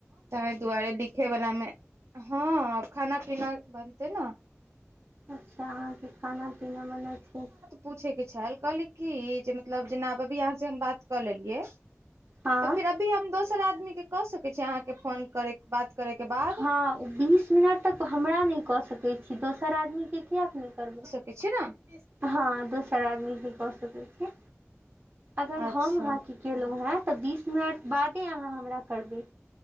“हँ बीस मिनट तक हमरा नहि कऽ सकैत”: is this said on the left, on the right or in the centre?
Right